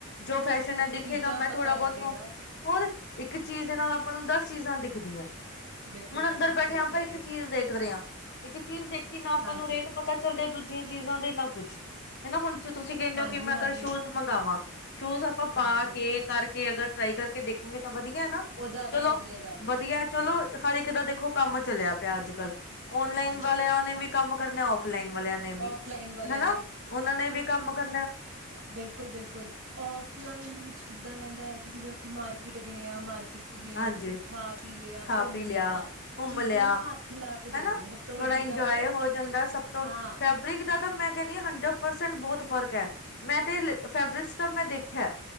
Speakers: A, on the left; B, on the right.
A: ਜੋ ਫੈਸ਼ਨ ਹੈ ਦਿਖੇਗਾ
B: ਚੀਜ਼ਾਂ
A: ਮੈਂ
B: ਪਤਾ
A: ਥੋੜਾ
B: ਲੱਗੇਗਾ
A: ਬਹੁਤ ਹੋਰ ਇੱਕ ਚੀਜ਼ ਦੇ ਨਾਲ ਆਪਾਂ ਨੂੰ ਦਸ ਚੀਜ਼ਾਂ ਦਿਖਦੀਆਂ
B: ਬਿਲਕੁਲ
A: ਹੁਣ
B: ਬਿਲਕੁਲ
A: ਅੰਦਰ ਬੈਠੇ
B: ਸਹੀ
A: ਆਪਾਂ
B: ਕਹਿ
A: ਇੱਕ
B: ਰਹੇ
A: ਚੀਜ਼
B: ਹੋ
A: ਦੇਖ ਰਹੇ ਹਾਂ ਇੱਕ ਚੀਜ਼ ਦੇਖੀ ਨਾ ਆਪਾਂ
B: ਹਾਂਜੀ
A: ਨੂੰ ਰੇਟ ਪਤਾ ਚੱਲਦਾ ਦੂਜੀਆਂ ਚੀਜ਼ਾਂ ਦੇ ਨਾ ਕੁਛ ਹਨਾ, ਹੁਣ ਜੋਤੁਸੀਂ ਕਹਿੰਨੇ
B: ਹਾਂਜੀ-ਹਾਂਜੀ,
A: ਓ ਮੈਂ ਅਗਰ ਸ਼ੂਜ ਮੰਗਾਵਾਂ, ਸ਼ੂਜ ਆਪਾਂ ਪਾ
B: ਹਾਂਜੀ ਹਾਂਜੀ
A: ਕੇ ਕਰਕੇ, ਅਗਰ ਟ੍ਰਾਈ ਕਰਕੇ ਦੇਖਾਂਗੇ, ਤਾਂ ਵਧੀਆ ਨਾ,
B: ਉਹ ਜ਼ਿਆਦਾ
A: ਚਲੋ
B: ਵਧੀਆ ਗੱਲ
A: ਵਧੀਆ
B: ਆ।
A: ਚਲੋ ਹਰ ਇੱਕ ਦਾ ਦੇਖੋ ਕੰਮ ਚਲਿਆ ਪਿਆ ਅੱਜ ਕੱਲ, ਔਨਲਾਈਨ
B: ਹਾਂਜੀ,
A: ਵਾਲਿਆਂ ਨੇ ਵੀ ਕੰਮ ਕਰਨਾ, ਔਫਲਾਈਨ ਵਾਲਿਆਂ ਨੇ ਵੀ,
B: ਔਫਲਾਈਨ ਵਾਲਿਆਂ
A: ਹੈਨਾ, ਉਹਨਾਂ ਨੇ ਵੀ ਕੰਮ ਕਰਨਾ
B: ਬਿਲਕੁਲ, ਬਿਲਕੁਲ, ਔਫਲਾਈਨ ਵੀ ਵਿੱਚ ਕਿੱਦਾਂ ਰਹਿੰਦਾ ਐ, ਕਿ ਜਿਵੇਂ ਅਸੀਂ ਮਾਰਕੀਟ ਗਏ ਆਂ, ਮਾਰਕੀਟ 'ਚ ਗਏ
A: ਹਾਂਜੀ
B: ਆਂ, ਅਸੀਂ ਕੁੱਛ ਖਾ-ਪੀ ਲਿਆ,
A: ਖਾ
B: ਘੁੰਮ
A: ਪੀ
B: ਲਿਆ,
A: ਘੁੰਮ
B: ਚੀਜ਼ਾਂ
A: ਲਿਆ
B: ਨੂੰ ਹੱਥ ਲਾ ਕੇ ਦੇਖ
A: ਹਨਾ?
B: ਲਿਆ ਸਭ ਤੋਂ ਵੱਡੀ
A: ਥੋੜਾ ਇੰਜੋਏ
B: ਗੱਲ ਏ
A: ਹੋ ਜਾਂਦਾ ਸਭ ਤੋਂ,
B: ਹਾਂ,
A: ਫੈਬਰਿਕ ਦਾ ਤਾਂ ਮੈਂ ਕਹਿੰਦੀ ਹਾਂ ਹੰਡਰਡ ਪਰਸੈਂਟ ਬਹੁਤ ਫ਼ਰਕ ਐ, ਮੈਂ ਤੇ ਲੇ ਫੈਬਰਿਕਸ ਤੋਂ ਮੈਂ ਦੇਖਿਆ।